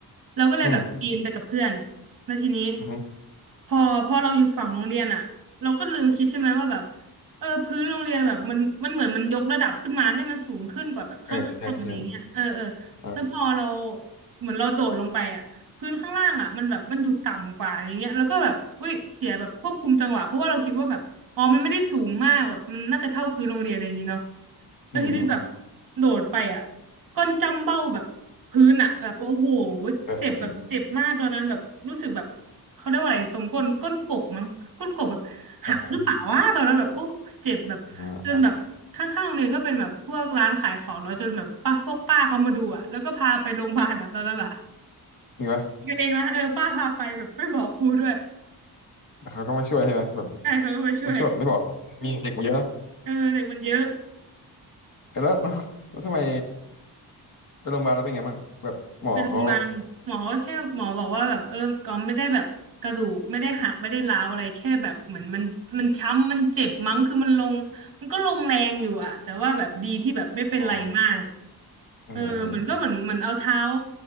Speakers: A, on the right (about 55°); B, on the left (about 55°).
A: เราก็เลยแบบปีนไปกับเพื่อน
B: อืม
A: แล้วทีนี้
B: อืม
A: พอพอเราอยู่ฝั่งโรงเรียนอ่ะเราก็ลืมคิดใช่ไหมว่าแบบเออพื้นโรงเรียนแบบมันมันเหมือนมันยกระดับขึ้นมาให้มันสูงขึ้นกว่าแบบข้างๆอะไรเงี้ยเออเออ
B: เออใช่ใช่อ่า
A: แล้วพอเราเหมือนเราโดดลงไปอ่ะ พื้นข้างล่างอ่ะมันแบบมันดูต่ำกว่าอะไรเงี้ยแล้วก็แบบอุ้ยเสียแบบควบคุมจังหวะเพราะว่าเราคิดว่าแบบอ๋อมันไม่ได้สูงมากแบบมันน่าจะเท่าพื้นโรงเรียนอะไรอย่างงี้เนาะแล้วทีนี้แบบ
B: อืมอืม
A: โดดไปอ่ะก้นจ้ำเบ้าแบบพื้นอ่ะแบบโอ้โห
B: <laughs> เออ
A: เจ็บแบบเจ็บมากตอนนั้นแบบรู้สึกแบบเขาเรียกว่าอะไรตรงก้นก้นกบมั้งก้นกบแบบหักหรือเปล่าวะตอนนั้นแบบโอ้เจ็บแบบจนแบบข้างๆโรงเรียนก็เป็นแบบพวกร้านขายของแล้วจนแบบป้าพวกป้าเขามาดูอ่ะแล้วก็พาไปโรงพยาบาลอ่ะตอนนั้นล่ะ
B: อ่าอ่าจริงปะ
A: กันเองนะเออป้าพาไปแบบไม่บอกครูด้วย
B: แล้วเขาก็มาช่วยใช่ไหมแบบ
A: ใช่เขาก็มาช่วย
B: ไม่เชื่อแบบไม่บอกมีเด็กมาเยอะนะ
A: เออเด็กมันเยอะ
B: เอ้ยแล้วแล้วแล้วทำไมไปโรงพยาบาลแล้วเป็นไงบ้างแบบหมอเขา
A: เป็นโรงพยาบาลหมอก็แค่หมอบอกว่าแบบเออก็ไม่ได้แบบกระดูกไม่ได้หักไม่ได้ร้าวอะไรแค่แบบเหมือนมันมันช้ำมันเจ็บมั้งคือมันลงมันก็ลงแรงอยู่อะแต่ว่าแบบดีที่แบบไม่เป็นไรมาก
B: อ๋อเออ
A: เออเหมือนก็เหมือนเหมือนเอาเท้า